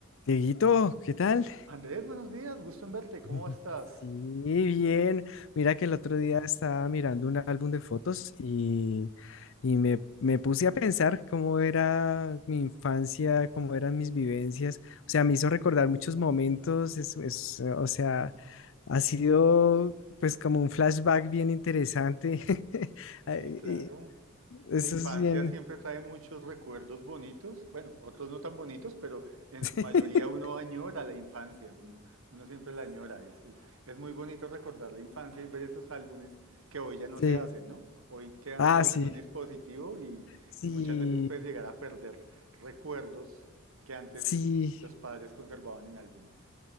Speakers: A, on the left; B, on the right.
A: Dieguito, ¿qué tal?
B: Andrés, buenos días, gusto en verte, ¿cómo
A: <laughs>
B: estás?
A: Sí, bien. Mira que el otro día estaba mirando un álbum de fotos y, y me, me puse a pensar cómo era mi infancia, cómo eran mis vivencias. O sea, me hizo recordar muchos momentos. Es, es, o sea, ha sido pues como un flashback bien interesante. <laughs>
B: Sí,
A: Ay,
B: claro.
A: y Eso
B: La infancia
A: es bien.
B: siempre trae muchos recuerdos bonitos, bueno, otros no tan bonitos, pero en
A: <laughs>
B: su mayoría uno añora la infancia, uno, uno siempre la añora. Es, es, es muy bonito recordar la infancia y ver esos álbumes que hoy ya no
A: Sí.
B: se hacen, ¿no? Hoy quedan
A: Ah,
B: todos
A: sí.
B: en un dispositivo y,
A: Sí,
B: y muchas veces puedes llegar a perder recuerdos que antes
A: sí.
B: los padres conservaban en álbumes.